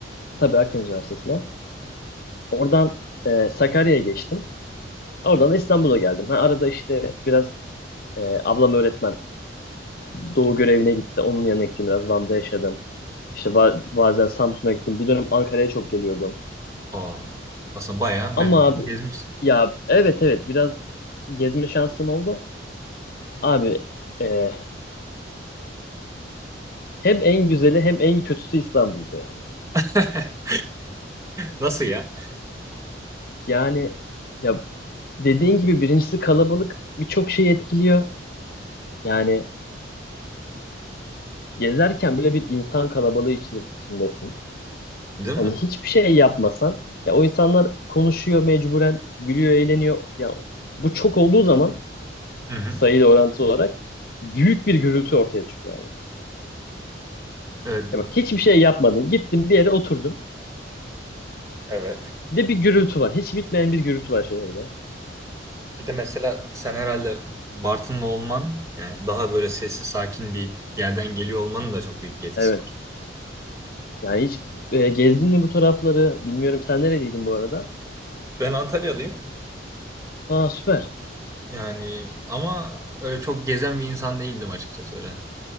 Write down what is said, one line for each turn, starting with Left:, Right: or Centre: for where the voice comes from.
Left: tabii Akdeniz Üniversitesi'ne. Oradan e, Sakarya'ya geçtim. Oradan da İstanbul'a geldim. Ha, arada işte biraz e, ablam öğretmen. Doğu görevine gitti. Onun yanına gittim. Biraz Van'da yaşadım. İşte ba- bazen Samsun'a gittim. Bir dönem Ankara'ya çok geliyordum.
Right: Aa, aslında bayağı memleketi
Left: Ama abi
Right: gezmişsin.
Left: ya evet evet biraz gezme şansım oldu. Abi e, hem en güzeli hem en kötüsü İstanbul'da yani.
Right: <laughs> Nasıl ya?
Left: Yani ya dediğin gibi birincisi kalabalık birçok şeyi etkiliyor. Yani gezerken bile bir insan kalabalığı içi- içindesin.
Right: Değil
Left: Hani
Right: mi?
Left: hiçbir şey yapmasan ya o insanlar konuşuyor mecburen, gülüyor, eğleniyor. Ya bu çok olduğu zaman
Right: Hı hı.
Left: sayıyla orantılı olarak büyük bir gürültü ortaya çıkıyor abi.
Right: Evet.
Left: Ya bak hiçbir şey yapmadın. Gittin bir yere oturdun.
Right: Evet.
Left: Bir de bir gürültü var. Hiç bitmeyen bir gürültü var şehirde.
Right: Bir de mesela sen herhalde Bartınlı olman yani daha böyle sessiz sakin bir yerden geliyor olmanın da çok büyük bir etkisi
Left: Evet.
Right: var.
Left: Yani hiç e, gezdin mi bu tarafları? Bilmiyorum sen nereliydin bu arada?
Right: Ben Antalyalıyım.
Left: Ha süper.
Right: Yani ama öyle çok gezen bir insan değildim açıkçası öyle